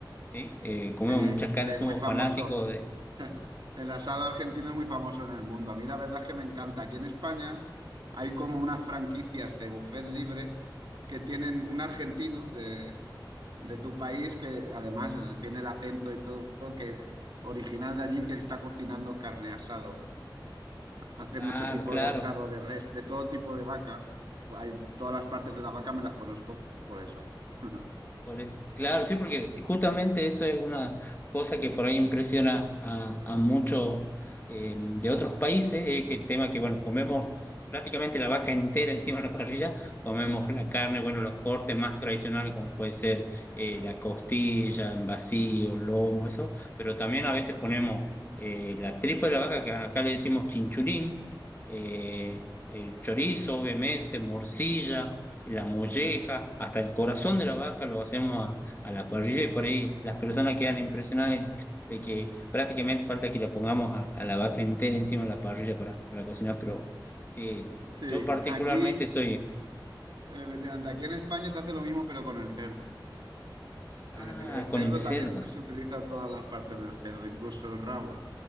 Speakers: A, on the left; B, on the right.
A: ¿sí? Eh, comemos
B: Sí,
A: mucha carne,
B: es
A: somos
B: muy famoso.
A: fanáticos de...
B: <laughs> El asado argentino es muy famoso en el mundo. A mí la verdad es que me encanta. Aquí en España hay como unas franquicias de buffet libre que tienen un argentino de, de tu país que además tiene el acento y todo, que original de allí que está cocinando carne asado. Hace
A: Ah,
B: mucho tipo
A: claro.
B: de asado de res, de todo tipo de vaca. Hay todas las partes de la vaca me las conozco por eso. <laughs>
A: Por eso, claro, sí, porque justamente eso es una cosa que por ahí impresiona a, a muchos eh, de otros países, es que el tema que, bueno, comemos prácticamente la vaca entera <laughs> encima de la parrilla, comemos la carne, bueno, los cortes más tradicionales como puede ser eh, la costilla, en vacío, lomo, eso, pero también a veces ponemos eh, la tripa de la vaca, que acá le decimos chinchulín, eh, el chorizo, obviamente, morcilla la molleja, hasta el corazón de la vaca lo hacemos a, a la parrilla y por ahí las personas quedan impresionadas de que prácticamente falta que la pongamos a, a la vaca entera encima de la parrilla para, para cocinar, pero sí,
B: Sí,
A: yo particularmente
B: aquí,
A: soy,
B: efectivamente, aquí en España se hace lo mismo pero con el cerdo.
A: ah,
B: Es decir, el cerdo
A: con el cerdo.
B: también se utiliza todas las partes del cerdo, incluso el rabo.